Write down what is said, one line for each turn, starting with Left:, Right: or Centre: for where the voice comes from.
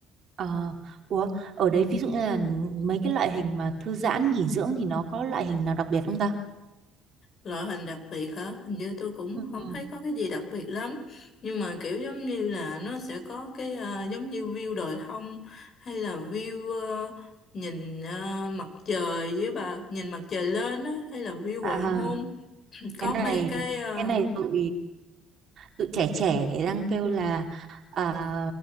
Right: ờ, ủa ở đấy ví dụ như là mấy cái loại hình mà thư giãn nghỉ dưỡng thì nó có loại hình nào đặc biệt không ta?
Left: Loại hình đặc biệt hả? Hình như tôi cũng
Right: Ừm,
Left: không thấy có cái gì đặc biệt lắm. Nhưng mà kiểu giống như là nó sẽ có cái à, giống như view đồi thông hay là view ờ, nhìn ờ, mặt trời với bà nhìn mặt trời lên á hay là view
Right: À,
Left: hoàng hôn. <clears throat> Có
Right: cái này
Left: mấy cái ờ,
Right: cái này tụi tụi trẻ trẻ đang kêu là à,